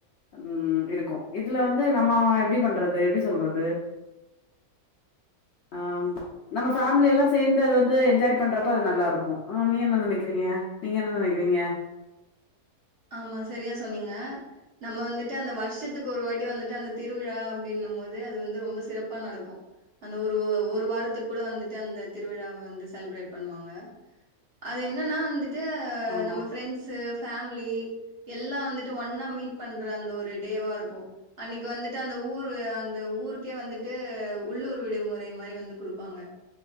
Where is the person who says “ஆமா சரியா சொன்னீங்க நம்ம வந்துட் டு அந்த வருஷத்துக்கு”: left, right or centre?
Right